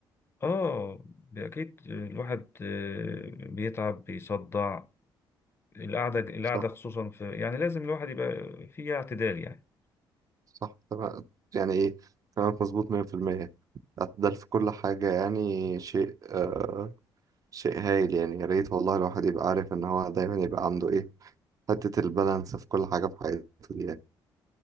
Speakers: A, on the left (about 30°); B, on the right (about 40°).
A: اه اكيد الواحد آه، بيتعب بيصدع القعده القعده
B: صح
A: خصوصا في يعني لازم الواحد يبقى فيها اعتدال يعني
B: صح تمام يعني ايه كلامك مظبوط 100% الاعتدال في كل حاجة يعني شيء آه، شيء هايل يعني يا ريت والله الواحد يبقى عارف ان هو دايما يبقى عنده ايه حتة البالانس في كل حاجة في حياته دي يعني